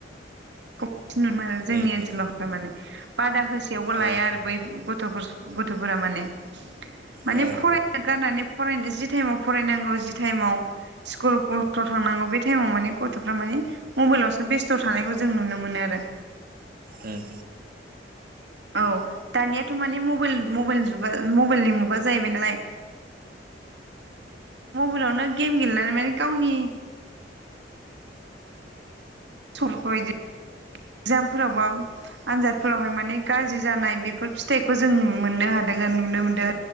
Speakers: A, on the right; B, on the right.
A: नुनो मोनो जोंनि
B: उम
A: ओनसोलावहाय माने बादा होसेयाव होसेवबो लाया
B: उम
A: आरो बै गथ'फोर गथ'फोरा माने माने
B: औ
A: फरायनो गारनानै फरायनो जि टाइमाव फरायनांगौ जि टाइमाव स्कुलाव थांनांगौ बे टाइमाव माने गथ'फ्रा माने मबाइलावसो बेस्थ थानायखौ जों नुनो मोनो मोनो आरो
B: उम
A: औ दानियाथ माने मबेल मबेलनि जुगा मबाइलनि मुगा जाहैबाय नालाय मबाइलावनो गेम गेलेनानै माने गावनि समखौ <inaudible> एकजामफोराव बा आनजादफोरावहाय माने गाज्रि जानाय बेफोर फिथाइखौ जों मोननो हादों आरो नुनो मोनदों